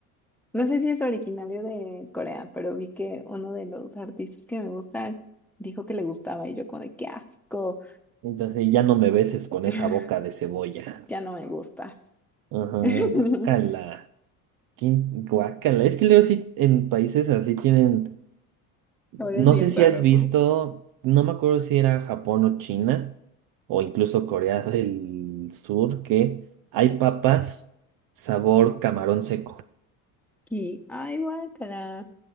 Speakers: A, in the centre; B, on the right (about 50°).
A: No sé si es originario de Corea, pero vi que uno de los artistas que me gusta dijo que le gustaba y yo como de qué asco,
B: Entonces ya no me beses con
A: <laughs>
B: esa boca de cebolla.
A: ya no me gustas.
B: Ajá,
A: <laughs>
B: guacala. ¿Qué guacala? Es que luego sí en países así tienen.
A: Sabores
B: No
A: bien
B: sé
A: raros,
B: si has visto,
A: ¿no?
B: no me acuerdo si era Japón o China, o incluso Corea del Sur, que hay papas sabor camarón seco.
A: Y, ay, guácala.